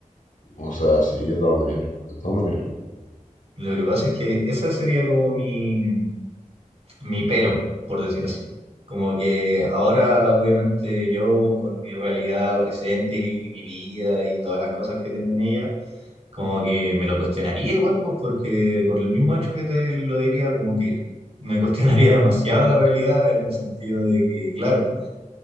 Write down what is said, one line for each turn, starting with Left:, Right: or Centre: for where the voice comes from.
Left: O sea, sí, de todas maneras, de todas maneras.
Right: Lo que pasa es que esa sería como mi, mi pero, por decir así. Como que ahora, obviamente, yo con mi realidad presente y mi vida y todas las cosas que tengo en ella, como que me lo cuestionaría igual, pues porque por el mismo hecho que te lo diría, como que me cuestionaría <laughs> demasiado la realidad en el sentido de que, claro,